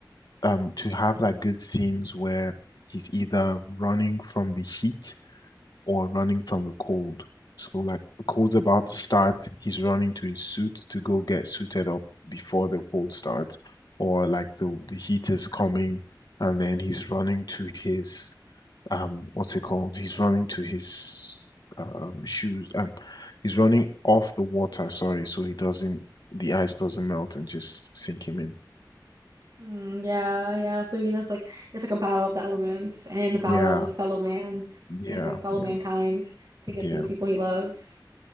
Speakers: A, on the left (about 60°); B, on the right (about 55°).
A: um to have like good scenes where he's either running from the heat or running from the cold. So like the cold's about to start, he's running to his suit to go get suited up before the cold starts, or like the the heat is coming and then he's running to his um what's it called? He's running to his um shoes um he's running off the water, sorry, so he doesn't the ice doesn't melt and just sink him in.
B: Mm, yeah, yeah. So he has like it's like a battle of the elements and the battle
A: Yeah.
B: of his fellow man,
A: Yeah,
B: his be- fellow
A: yeah,
B: mankind to get
A: yeah.
B: to the people he loves.